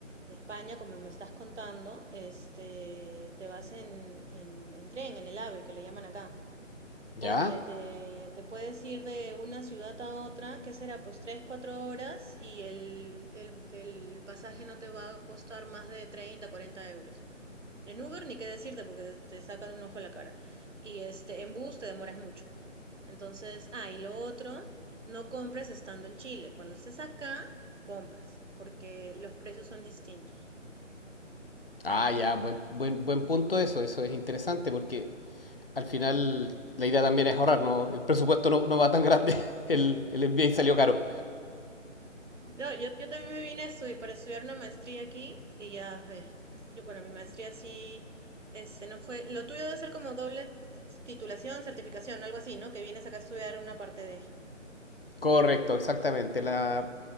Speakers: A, on the right; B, on the left.
A: España, como me estás contando, este, te vas en, en, en tren, en el AVE, que le llaman acá.
B: ¿Ya?
A: Ponte, te, te puedes ir de una ciudad a otra, ¿qué será? Pues tres, cuatro horas y el, el, el pasaje no te va a costar más de treinta cuarenta euros. En Uber ni qué decirte porque te, te sacan un ojo a la cara. Y este, en bus te demoras mucho. Entonces, ah, y lo otro, no compres estando en Chile. Cuando estés acá, compras, porque los precios son distintos.
B: Ah, ya, buen, buen, buen punto eso, eso es interesante porque al final la idea también es ahorrar, ¿no? El presupuesto no, no va tan grande, <laughs> el, el MBA salió caro.
A: No, yo, yo también me vine a estudiar, para estudiar una maestría aquí y ya, eh, yo, bueno, mi maestría sí, este, no fue, lo tuyo debe ser como doble titulación, certificación, algo así, ¿no? Que vienes acá a estudiar una parte de...
B: Correcto, exactamente. La,